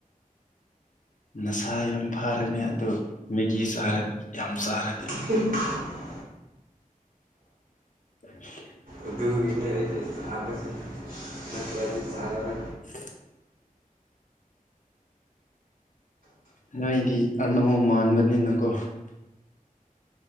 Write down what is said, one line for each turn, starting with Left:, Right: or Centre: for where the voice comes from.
Left: ꯅꯁꯥ ꯌꯥꯝ ꯐꯥꯔꯅꯤ ꯑꯗꯨ ꯃꯦꯒꯤ ꯆꯥꯔꯗꯤ ꯌꯥꯝ ꯆꯥꯔꯗꯤ
Right: ꯍ
Left: <inaudible>
Right: ꯎꯗꯒꯤ ꯏꯅꯦ ꯂꯩ ꯑꯥꯕꯁꯤ ꯅꯠꯇ꯭ꯔꯗꯤ ꯆꯅꯒ
Left: <inaudible> ꯅꯣꯏꯗꯤ ꯑꯅꯧ ꯃꯥꯟꯕꯅꯤꯅꯀꯣ